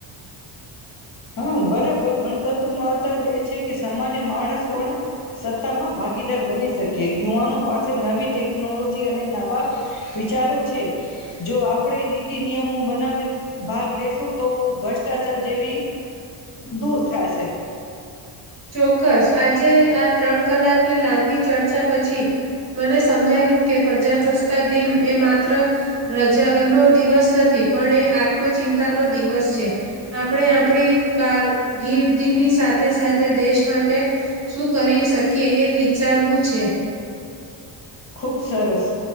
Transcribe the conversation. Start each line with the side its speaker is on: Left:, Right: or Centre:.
Left: હા બરાબર ગણતંત્ર નો જે છે કે સામાન્ય માણસ પણ સત્તામાં ભાગીદાર બની શકી યુવાનો પાસે નવી ટેકનોલોજી અને નવા વિચારો છે જો આપણે નીતિ નિયમો બનાવી ભાગ લેશું તો ભ્રષ્ટાચાર જેવી દૂર થાય છે.
Right: ચોક્કસ આજે આ ત્રણ કલાકની લાંબી ચર્ચા પછી, મને સમજાયું કે પ્રજા પ્ર્રસ્તા દિન એ માત્ર, રજાનો દિવસ નથી પણ એ આત્મચિંતાનો દિવસ છે. આપણે આપણી કારકિર્દીની સાથે તે સાથે તે દેશ માટે, શું કરી શકે. કે એ વિચારવું છે.
Left: ખુબ સરસ